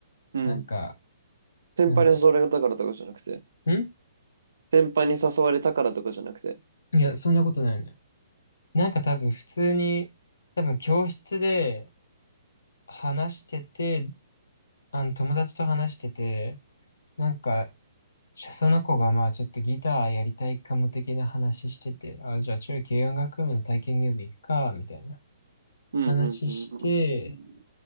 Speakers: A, on the right; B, on the left.
A: うん。
B: なんか、
A: 先輩に誘われたからとかじゃなくて。
B: なんだろう。ん
A: 先輩に誘われたからとかじゃなくて。
B: いや、そんなことないのよ。なんか多分普通に、多分教室で話してて、あの友達と話してて、なんかじゃあその子がまあちょっとギターやりたいかも的な話してて、あ、じゃあちょい軽音楽部の体験入部行くか、みたいな
A: うん。
B: 話して、
A: うん。うんうん。